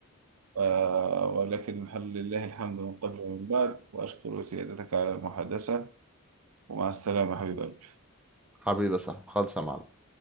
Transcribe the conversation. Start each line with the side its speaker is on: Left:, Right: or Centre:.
Right: ف- ولكن هل لله الحمد من قبل ومن بعد واشكر سيادتك على المحادثة ومع السلامة حبيب قلبي
Centre: حبيبي يا صاحبي خالص يا معلم